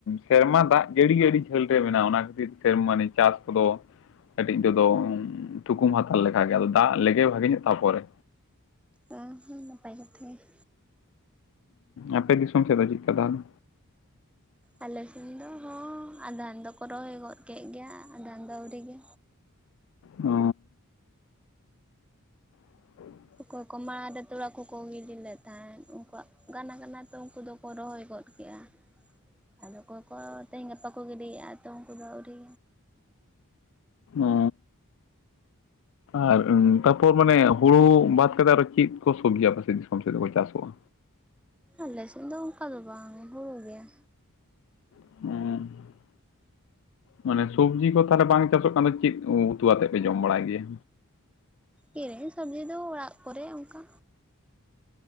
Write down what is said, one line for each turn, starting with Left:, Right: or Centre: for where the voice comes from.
Left: ᱥᱮᱨᱢᱟ ᱫᱟᱜ ᱡᱟᱹᱲᱤ ᱜᱮ ᱟᱹᱰᱤ ᱡᱷᱟᱹᱞ ᱨᱮ ᱢᱮᱱᱟᱜᱼᱟ ᱚᱱᱟ ᱠᱷᱟᱹᱛᱤᱨ ᱛᱮ ᱢᱟᱱᱮ ᱪᱟᱥ ᱠᱚᱫᱚ ᱠᱟᱹᱴᱤᱡ ᱛᱮᱫᱚ ᱛᱷᱩᱠᱩᱢ ᱦᱟᱛᱟᱲ ᱞᱮᱠᱟ ᱜᱮ ᱟᱫᱚ ᱫᱟᱜ ᱞᱮᱜᱮ ᱵᱷᱟᱜᱮ ᱧᱚᱜ ᱛᱟᱯᱚᱨᱮ
Centre: ᱚ ᱦᱚᱸ ᱱᱟᱯᱟᱭ ᱠᱟᱛᱷᱟ ᱜᱮ
Left: ᱟᱯᱮ ᱫᱤᱥᱚᱢ ᱥᱮᱫ ᱫᱚ ᱪᱮᱫᱠᱟ ᱛᱟᱦᱞᱮ
Centre: ᱟᱞᱮ ᱥᱮᱱ ᱫᱚ ᱦᱚᱸ ᱟᱫᱷᱟᱱ ᱫᱚᱠᱚ ᱨᱚᱦᱚᱭ ᱜᱚᱫ ᱠᱮᱫ ᱜᱮᱭᱟ ᱟᱫᱷᱟᱱ ᱫᱚ ᱟᱹᱣᱨᱤ ᱜᱮ
Left: ᱚ <unintelligible> <inaudible>
Centre: ᱚᱠᱚᱭ ᱠᱚᱢᱟ <inaudible> ᱛᱚᱞᱟ ᱠᱚᱠᱚ ᱜᱤᱰᱤ ᱞᱮᱫ ᱛᱟᱦᱮᱸᱫ ᱩᱱᱠᱩᱣᱟᱜ ᱜᱟᱱ ᱠᱟᱱᱟ ᱛᱚ ᱩᱱᱠᱩ ᱫᱚ ᱠᱚ ᱨᱚᱦᱚᱭ ᱜᱚᱫ ᱠᱮᱜᱼᱟ ᱟᱫᱚ ᱚᱠᱚᱭ ᱠᱚ ᱛᱮᱦᱮᱧ ᱜᱟᱯᱟ ᱠᱚ ᱜᱤᱰᱤᱭᱮᱜᱼᱟ ᱛᱚ ᱩᱱᱠᱩ ᱫᱚ ᱟᱣᱨᱤ
Left: ᱚ ᱟᱨ ᱛᱟᱯᱚᱨ ᱢᱟᱱᱮ ᱦᱳᱲᱳ ᱵᱟᱫ ᱠᱟᱛᱮ ᱟᱨᱚ ᱪᱮᱫ ᱠᱚ ᱥᱚᱵᱡᱤ ᱟᱯᱮ ᱥᱮᱫ ᱫᱤᱥᱚᱢ ᱥᱮᱫ ᱫᱚ ᱠᱚ ᱪᱟᱥᱚᱜᱼᱟ
Centre: ᱟᱞᱮᱥᱮᱫ ᱫᱚ ᱚᱱᱠᱟ ᱫᱚ ᱵᱟᱝ ᱦᱳᱲᱳ ᱜᱮᱭᱟ
Left: ᱚ ᱢᱟᱱᱮ ᱥᱚᱵᱽᱡᱤ ᱠᱚ ᱛᱟᱦᱚᱞᱮ ᱵᱟᱝ ᱪᱟᱥᱚᱜ ᱠᱟᱱᱫᱚ ᱪᱮᱫ ᱩᱛᱩ ᱟᱛᱮᱫ ᱯᱮ ᱡᱚᱢ ᱵᱟᱲᱟᱭ ᱜᱮᱭᱟ
Centre: ᱠᱤᱨᱤᱧ ᱥᱚᱵᱽᱡᱤ ᱫᱚ ᱚᱲᱟᱜ ᱠᱚᱨᱮ ᱚᱱᱠᱟ